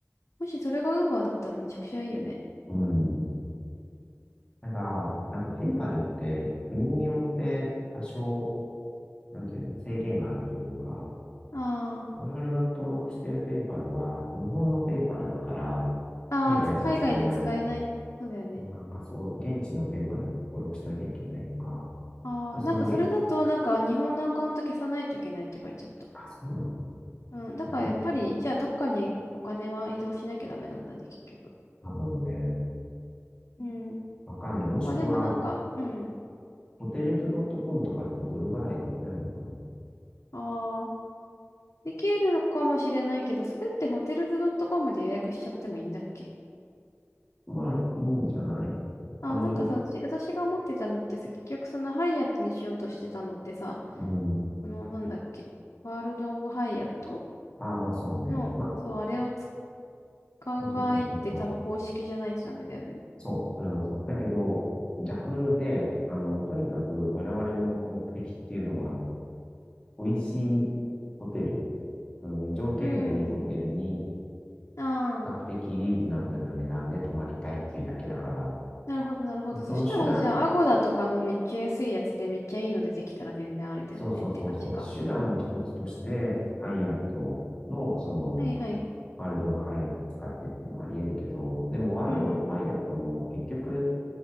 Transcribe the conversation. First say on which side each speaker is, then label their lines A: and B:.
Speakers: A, on the left (about 85°); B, on the left (about 20°).
A: もしそれがウーバーだったらめちゃくちゃいいよね。
B: うん。ただ、なんかペイパルって国によって多少なんていうの、制限があるというか、
A: あ
B: 我々が登録しているペイパルは、日本のペイパルだから、
A: あ、
B: 海外じゃ使えない。
A: ああ、海外で使えない。そうだよね。
B: もうなんかそう、現地のペイパル登録しなきゃいけないとか、
A: ああ、
B: そのげ、
A: なんかそれだと、なんか日本のアカウント消さないといけないって書いちゃった。
B: あ、そうな
A: うん、だからやっぱり、
B: のそ、
A: じゃあどっかにお金は移動しなきゃダメなんだね、結局。
B: 多分ね、
A: うん。
B: わかんない。もしくは、
A: まあでもなんか、うん。
B: ホテルズドットコムとかってドル払いできないのかな
A: ああ、できるのかもしれないけど、それってホテルズ .com で予約しちゃってもいいんだっけ
B: まあ、いいんじゃない
A: あ、
B: あの、
A: なんかさ、うち、私が思ってたのってさ、結局そのハイアットにしようとしてたのってさ、
B: うん。
A: このなんだっけ、ワールド・オブ・ハイアット
B: ああ、まあそうね。
A: の、
B: まあ、
A: そう、あれを使
B: そうそうそうそうそう。
A: う場合って多分公式じゃないとダメだよね。
B: そう、それはそう。だけど、逆で、あの、とにかく我々の目的っていうのは、美味しいホテル、うん、条件のいいホテルに、
A: うん。
B: 比
A: ああ。
B: 較的リーズナブルな値段で泊まりたいっていうだけだから、
A: なるほど、なるほど。
B: その手段、
A: そしたら、じゃあ、アゴダとかのめっちゃ安いやつでめっちゃいいの出てきたら全然あれだよねって感じか。
B: そうそうそうそう、手段の一つとして、ハイアットの、その、
A: はいはい。
B: ワールド・オブ・ハイアット使ってっていうのはあり得るけど、でもワールド・
A: うんうん。
B: オブ・ハイアットも結局、